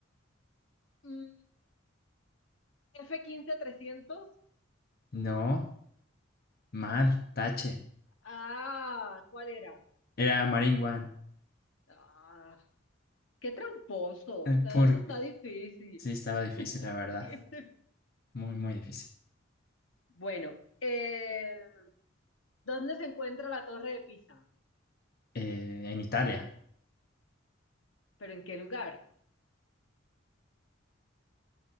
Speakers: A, on the left; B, on the left.
A: Mm, f quince trescientos
B: No, mal, tache.
A: Ah, ¿cuál era?
B: Era Marine One.
A: Ah, qué tramposo.
B: Eh,
A: Está-
B: Porque
A: eso está difícil.
B: sí estaba difícil,
A: <laughs>
B: la verdad. Muy, muy difícil.
A: Bueno, eh, ¿dónde se encuentra la Torre de Pisa?
B: eh, en Italia,
A: ¿Pero en qué lugar?